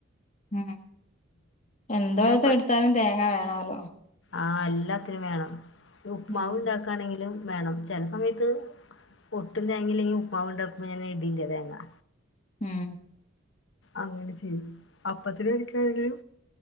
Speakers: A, on the left (about 40°); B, on the left (about 70°).
A: ഉം എന്തെട്ത്താലും
B: പ
A: തേങ്ങ വേണല്ലോ
B: ആഹ് എല്ലാത്തിനും വേണം ഉപ്പ്
A: ഉം
B: മാവ് ഒണ്ടാക്ക്യായാണെങ്കിലും വേണം ചെല സമയത്ത് ഒട്ടും തേങ്ങാ ഇല്ലാങ്കി ഉപ്പാവാ ഇണ്ടാക്ക്മ്പോ ഞാന് ഇടില്ലാ തേങ്ങാ
A: ഉം
B: അങ്ങനെ ചെയ്യും അപ്പത്തിന് <unintelligible>